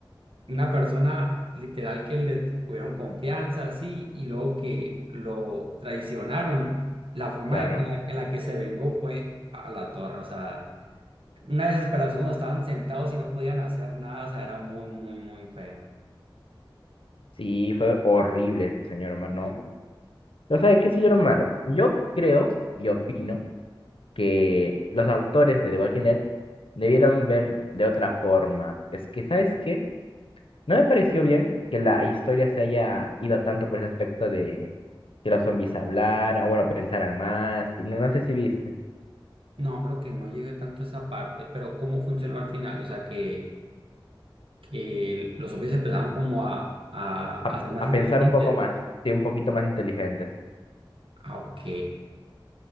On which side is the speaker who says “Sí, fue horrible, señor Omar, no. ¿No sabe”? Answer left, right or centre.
Left